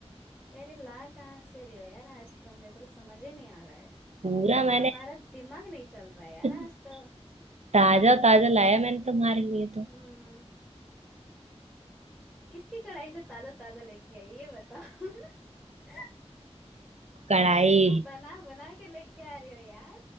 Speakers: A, in the centre; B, on the right (about 80°).
A: यार ये ला कहाँ से रही हो यार आज तो मेरे को तो समझ ही नहीं आ रहा है
B: पूरा मैंने
A: हमारा दिमाग नहीं चल रहा है यार
B: <laughs>
A: आज तो
B: ताजा ताजा लाया मैंने तुम्हारे लिए
A: हम्म
B: तो
A: किसकी कढ़ाई से ताजा ताजा लेके आई है, ये बताओ <laughs>
B: कढ़ाई
A: तुम बना बना के लेके आ रही हो यार